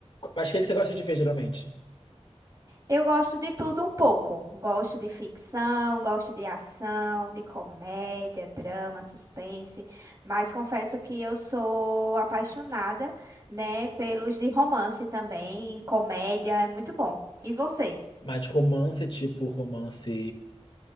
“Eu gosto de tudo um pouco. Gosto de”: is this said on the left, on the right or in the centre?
Right